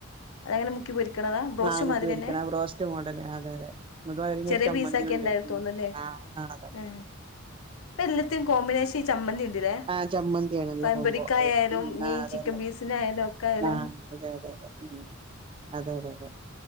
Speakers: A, on the left; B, on the right.
A: അതെങ്ങനെ മുക്കി പൊരിക്ക്ണതാ ബ്രോസ്റ്റ്
B: നാവുമ്മക്ക്
A: മാതിരിയന്നെ
B: പിടിക്കണ ബ്രോസ്റ്റ് മോഡല് അതെ അതെ എന്നിട്ട് അതിനൊരു
A: ചെറിയ
B: ചമ്മന്തിയുണ്ട്
A: പീസാക്കിയണ്ടായി
B: ഉം
A: തോന്ന്ണ്ല്ലേ
B: ആഹ് ആഹ് അതെ
A: ഉം ഇപ്പെല്ലത്തിനും കോമ്പിനേഷ ചമ്മന്തിണ്ട്ലേ
B: ആഹ് ചമ്മന്തിയാണ് നല്ല
A: പയമ്പൊരിക്കായാലും
B: കോംബോ അത് ഉം
A: ഇനി
B: ആഹ് അതന്നെ
A: ചിക്കൻ പീസിനായാലും ഒക്കായാലും
B: ആഹ് അതെ അതെ അതെ ഉം അതെ അതെ അതെ